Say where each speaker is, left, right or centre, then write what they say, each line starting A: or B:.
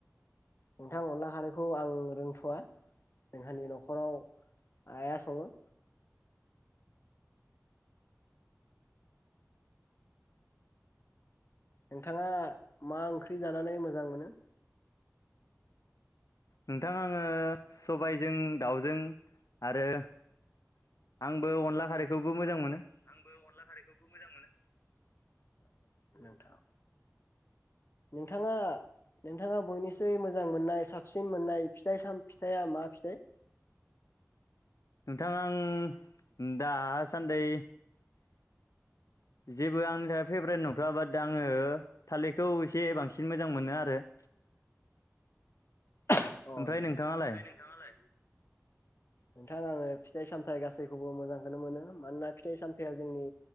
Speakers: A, on the left; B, on the left.
A: नोंथां अनला खारैखौ आं रोंथवा जोंहानि नखराव आइया सङो नोंथाङा मा ओंख्रि जानानै मोजां मोनो
B: नोंथां आङो सबायजों दाउजों आरो आंबो अनला खारैखौबो मोजां मोनो
A: आंबो अनला खारैखौबो मोजां मोनो नोंथाङा नोंथाङा नोंथाङा बयनिसै मोजां मोननाय साबसिन मोननाय फिथाइ साम फिथाइा मा फिथाइ
B: नोंथां आं दासान्दि बिजे जेबो आंनि थाखाय फेभरेट नंथवा बाट आङो थालिरखौ एसे बांसिन मोजां मोनो आरो <inaudible>
A: अ
B: ओमफ्राय
A: नोंथां
B: नोंथाङालाय
A: नोंथाङालाय नोंथां आङो फिथाइ सामथायाइ गासैखौबो मोजांखौनो मोनो मानोना फिथाइ सामथायया जोंनि